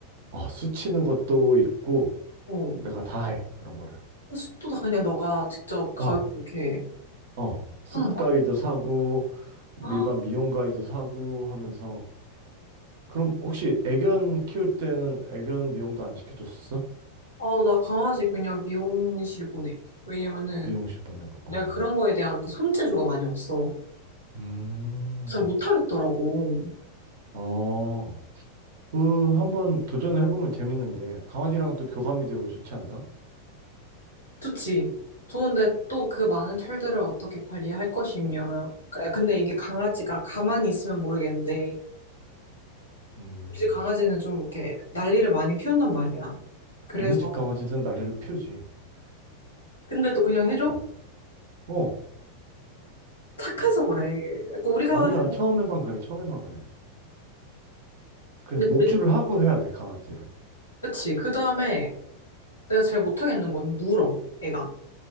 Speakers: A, on the right; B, on the left.
A: 어, 수치는 것도 있고,
B: 어.
A: 내가 다 해, 그런 거를.
B: 호스도 다 그냥 너가 직접 가위로
A: 어,
B: 이렇게
A: 어. 숯가위도
B: 하는 거야?
A: 사고,
B: 아,
A: 일반 미용가위도 사고 하면서. 그럼 혹시 애견 키울 때는 애견 미용도 안 시켜줬었어?
B: 어, 나 강아지 그냥 미용실 보내. 왜냐면은
A: 미용실 보내고,
B: 내가
A: 어.
B: 그런 거에 대한 그 손재주가 많이 없어.
A: 음.
B: 잘 못하겠더라고.
A: 어, 그, 한번 도전을 해보면 재밌는데, 강아지랑 또 교감이 되고 좋지 않나?
B: 좋지. 좋은데 또 그 많은 털들을 어떻게 관리할 것이며. 그- 근데 이게 강아지가 가만히 있으면 모르겠는데,
A: 음.
B: 우리 집 강아지는 좀 이렇게 난리를 많이 피운단 말이야. 그래서,
A: 어느 집 강아지든 난리를 피우지.
B: 근데 또 그냥 해줘?
A: 어, 어,
B: 착해서 그래. 약간 우리 강아지는,
A: 아니야. 처음에만 그래, 처음에만 그래. 그래서
B: 근데
A: 목줄을
B: 우리,
A: 하고 해야 돼, 강아지를.
B: 그치. 그 다음에, 내가 제일 못하겠는 거는 물어, 애가.